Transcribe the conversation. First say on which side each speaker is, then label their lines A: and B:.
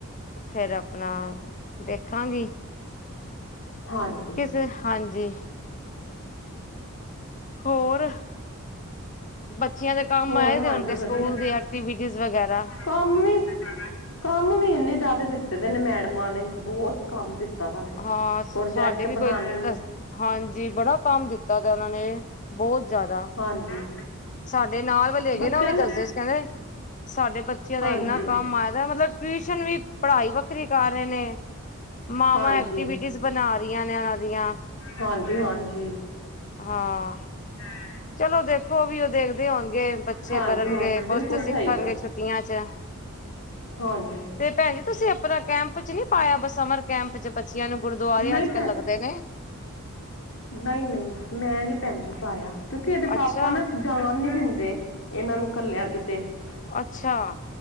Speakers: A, on the left; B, on the left.
A: ਫੇਰ ਅਪਣਾ ਦੇਖਾਂਗੀ
B: ਹਾਂਜੀ
A: ਕਿਸ ਹਾਂਜੀ ਹੋਰ, ਬੱ ਬੱਚਿਆਂ ਦੇ ਕੰਮ
B: ਹੋਰ
A: ਆਏ ਦੇ
B: ਹਾਂਜੀ
A: ਹੋਣਗੇ
B: ਵਧੀਆ
A: ਸਕੂਲ ਦੀ ਐਕਟੀਵਿਟੀਜ ਵਗੈਰਾ
B: ਕੰਮ ਵੀ, ਕੰਮ ਵੀ ਇੰਨੇ ਜ਼ਿਆਦਾ ਦਿੱਤੇ ਦੇ ਨੇ, ਮੈਡਮਾਂ ਨੇ ਬੋਤ ਕੰਮ ਦਿੱਤਾ ਦਾ ਵ,
A: ਹਾਂ
B: ਪ੍ਰੋਜੈਕਟ
A: ਸਾਡੇ ਵੀ
B: ਬਣਾਣੇ
A: ਕੋਈ
B: ਨੇ
A: ਹਾਂਜੀ, ਬੜਾ ਕੰਮ ਦਿੱਤਾ, ਤ ਓਹਨਾਂ ਨੇ ਬੋਤ ਜ਼ਾਦਾ
B: ਹਾਂਜੀ।
A: ਸਾਡੇ ਨਾਲ ਵਾਲੇ ਹੈਗੇ
B: ਬੱਚਿਆਂ
A: ਨਾ ਉਹ ਵੀ
B: ਨੇ
A: ਦੱਸਦੇ ਸੀ, ਕੈਂਦੇ ਸਾਡੇ ਬੱਚਿਆਂ
B: ਹਾਂਜੀ
A: ਦਾ ਏਨਾ ਕੰਮ ਆਏ ਦਾ ਮਤਲਬ ਟਿਊਸ਼ਨ ਵੀ, ਪੜ੍ਹਾਈ ਵੱਖਰੀ ਕਰ ਰਏ ਨੇ। ਮਾਵਾਂ
B: ਹਾਂਜੀ
A: ਐਕਟੀਵਿਟੀਜ਼ ਬਣਾ ਰਹੀਆਂ ਨੇ, ਏਨਾਂ ਦੀਆਂ।
B: ਹਾਂਜੀ- ਹਾਂਜੀ।
A: ਹਾਂ।
B: ਹੁ।
A: ਚਲੋ, ਦੇਖੋ ਵੀ ਓਹ ਦੇਖਦੇ ਹੋਣਗੇ, ਬੱਚੇ
B: ਹਾਂਜੀ
A: ਕਰਨਗੇ
B: ਹਾਂਜੀ ਬਿਲਕੁਲ
A: ਕੁਛ ਤੇ ਸਿੱਖਣਗੇ
B: ਸਹੀ
A: ਛੁੱਟੀਆਂ ਚ।
B: ਔਰ
A: ਤੇ ਭੈਣ ਜੀ, ਤੁਸੀਂ ਆਪਣਾ ਕੈਂਪ ਚ ਨੀ ਪਾਇਆ, ਸਮਰ ਕੈਂਪ ਚ, ਬੱਚਿਆਂ ਨੂੰ ਗੁਰਦੁਆਰੇ
B: ਨਹੀਂ
A: ਅੱਜ ਕੱਲ ਲੱਗਦੇ ਨੇ
B: ਨਈ-ਨਈ, ਮੈਂ ਨੀ ਭੈਣਜੀ ਪਾਇਆ, ਕਿਉਂਕਿ ਇਹਦੇ
A: ਅੱਛਾ
B: ਪਾਪਾ ਨਾ ਜਾਣ ਨੀ ਦਿੰਦੇ, ਏਹਨਾਂ ਨੂੰ ਕੱਲੇਆਂ ਕਿਤੇ ਤੇ
A: ਅੱਛਾ।